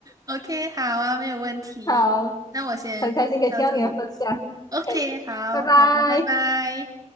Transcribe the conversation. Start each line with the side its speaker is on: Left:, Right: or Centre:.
Right: ，OK，好啊，没有问题，
Left: 好，
Right: 那我先到这里
Left: 很开心可以听到你的分享，
Right: ，OK，好好的，
Left: 拜拜。
Right: 拜拜。